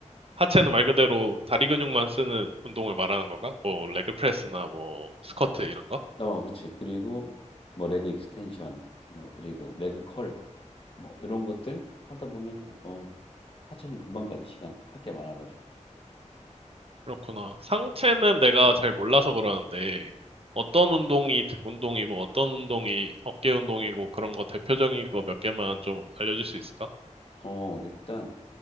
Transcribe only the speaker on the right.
하체는 말 그대로 다리 근육만 쓰는 운동을 말하는 건가? 뭐 레그 프레스나 뭐 스쿼트 이런 거?
그렇구나. 상체는 내가 잘 몰라서 그러는데 어떤 운동이 등 운동이고 어떤 운동이 어깨 운동이고 그런 거 대표적인 거 몇 개만 좀 알려줄 수 있을까?